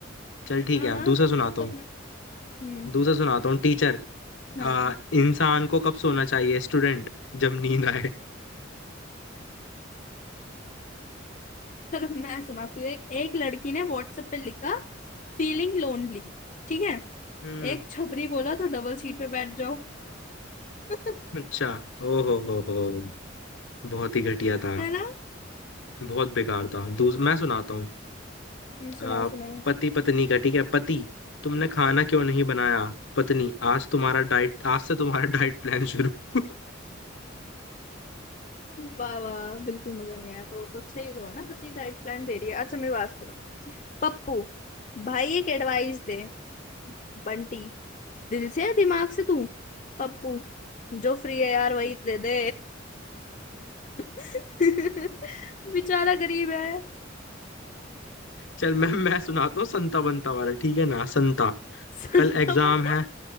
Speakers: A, on the left (about 75°); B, on the left (about 40°).
A: चल ठीक
B: हाँ
A: है
B: हाँ
A: दूसरा सुनाता
B: जब तक
A: हूँ
B: मैं हम्म
A: दूसरा सुनाता हूँ टीचर
B: हाँ
A: आ, इंसान को कब सोना चाहिए स्टूडेंट जब नींद आए
B: चलो मैं सुनाती हूँ एक एक लड़की ने व्हाट्सएप पे लिखा फीलिंग लोनली ठीक है
A: हम्म
B: एक छपरी बोला तो डबल सीट पे बैठ जाओ <laughs>
A: अच्छा ओ हो हो हो बहुत ही घटिया था
B: है ना
A: बहुत बेकार था दूस मैं सुनाता हूँ
B: हम्म, सुनाओ
A: आ,
B: सुनाओ
A: पति पत्नी का ठीक है पति तुमने खाना क्यों नहीं बनाया पत्नी आज तुम्हारा डाइट आज से तुम्हारा डाइट प्लान शुरू <laughs>
B: वाह वाह बिल्कुल मजा नहीं आया तो वो तो अच्छा ही हुआ ना पत्नी डाइट प्लान दे रही है अच्छा मेरी बात सुनो पप्पू भाई एक एडवाइस दे बंटी दिल से या दिमाग से तू पप्पू जो फ्री है यार वही दे दे <laughs> बेचारा गरीब है
A: चल मैं मैं सुनाता हूँ संता बनता वाला ठीक है ना संता
B: <laughs> संता
A: कल एग्जाम
B: बंता
A: है